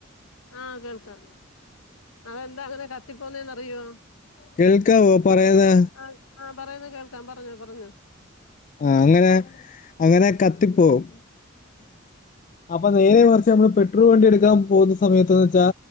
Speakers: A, on the left (about 80°); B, on the left (about 35°).
A: ആഹ് കേൾക്കാം അതെന്താ അങ്ങനെ കത്തിപ്പോന്നന്ന് അറിയോ
B: കേൾക്കാവോ പറയുന്നേ
A: ആഹ് ആഹ് പറയുന്നത് കേൾക്കാം പറഞ്ഞോ പറഞ്ഞോ
B: ആഹ് അങ്ങനെ അങ്ങനെ കത്തിപോകും അപ്പൊ നേരെ മറിച്ച് നമ്മള് പെട്രോൾ വണ്ടി എടുക്കാൻ പോകുന്ന സമയത്ത്ന്ന് വെച്ചാ